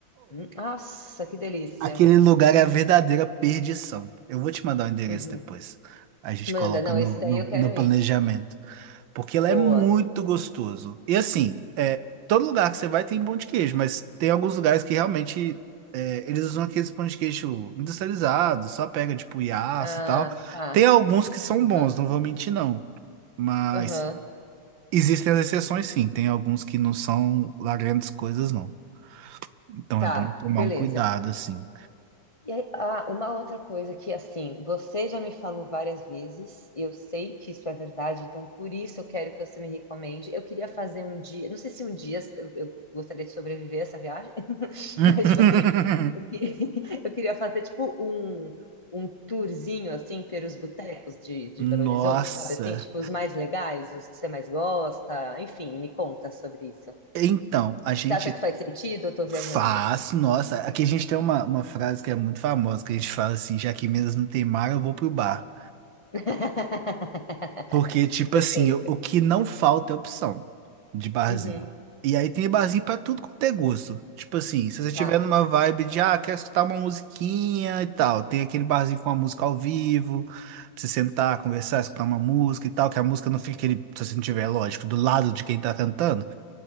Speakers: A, on the left; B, on the right.
A: Hum, Nossa, que delícia.
B: Aquele lugar é a verdadeira perdição. Eu vou te mandar o endereço
A: Uhum.
B: depois. A gente
A: Manda,
B: coloca
A: não,
B: no,
A: esse daí
B: no,
A: eu quero
B: no planejamento.
A: ir.
B: Porque lá
A: Boa.
B: é muito gostoso. E assim, é, todo lugar que você vai tem pão de queijo, mas tem alguns lugares que realmente é, eles usam aqueles pão de queijo industrializados, só pega tipo Yassa
A: Ah,
B: e tal.
A: tá.
B: Tem alguns que são
A: Aham,
B: bons, não vou mentir não. Mas
A: aham.
B: existem as exceções sim. Tem alguns que não são lá grandes coisas não. Então
A: Tá,
B: é bom tomar
A: beleza.
B: um cuidado assim.
A: E aí, ah, uma outra coisa que, assim, você já me falou várias vezes, e eu sei que isso é verdade, então por isso eu quero que você me recomende. Eu queria fazer um dia, não sei se um dia eu eu gostaria de sobreviver a essa viagem, <laughs>
B: <laughs>
A: Mas, tipo assim, eu, que- <laughs> eu queria fazer, tipo, um, um tourzinho, assim, pelos botecos de, de
B: Nossa.
A: Belo Horizonte, sabe? Assim, tipo, os mais legais, os que você mais gosta. Enfim, me conta sobre isso.
B: Então, a gente
A: Você acha que faz sentido? Eu tô viajando.
B: faz, nossa, aqui a gente tem uma, uma frase que é muito famosa, que a gente fala assim, já que em Minas não tem mar, eu vou pro bar.
A: <laughs>
B: Porque, tipo
A: Perfeito.
B: assim, o, o que não falta é opção de barzinho.
A: Uhum,
B: E aí tem barzinho pra tudo quanto é gosto. Tipo assim, se você
A: tá.
B: tiver numa vibe de, ah, quero escutar uma musiquinha e tal, tem aquele barzinho com a música ao vivo, pra você sentar, conversar, escutar uma música e tal, que a música não fica aquele, se você não tiver, lógico, do lado de quem tá cantando.